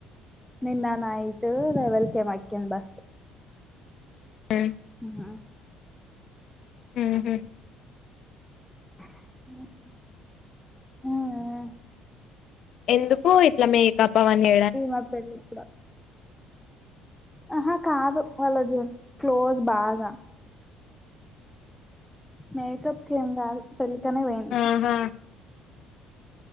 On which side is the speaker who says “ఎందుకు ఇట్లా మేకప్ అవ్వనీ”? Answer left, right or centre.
Left